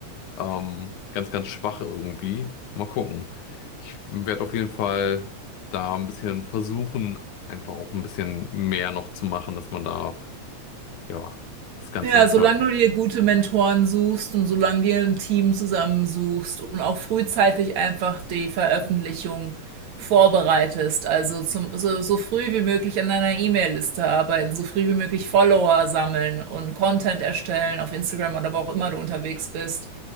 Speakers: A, on the left; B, on the right.
A: ähm, ganz, ganz schwach irgendwie. Mal gucken. Ich werde auf jeden Fall da ein bisschen versuchen, einfach auch ein bisschen mehr noch zu machen, dass man da, ja, das Ganze
B: Ja,
A: dann
B: solange
A: ver...
B: du dir gute Mentoren suchst und solange dir ein Team zusammensuchst und auch frühzeitig einfach die Veröffentlichung vorbereitest, also zum, so, so früh wie möglich an deiner E-Mail-Liste arbeiten, so früh wie möglich Follower sammeln und Content erstellen auf Instagram oder wo auch immer du unterwegs bist